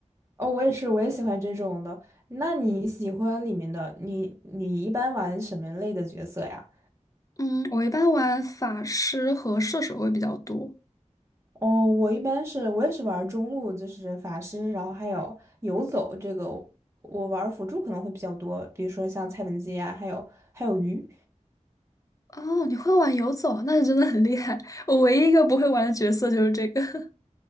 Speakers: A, on the right; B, on the left.
A: 哦，我也是，我也喜欢这种的。那你喜欢里面的，你你一般玩什么类的角色呀？
B: 嗯，我一般玩法师和射手会比较多。
A: 哦，我一般是我也是玩中路，就是法师，然后还有游走这个，我玩辅助可能会比较多，比如说像蔡文姬啊，还有还有鱼。
B: 哦，你会玩游走，那真的很厉害。我唯一一个不会玩的角色就是这个。<laughs>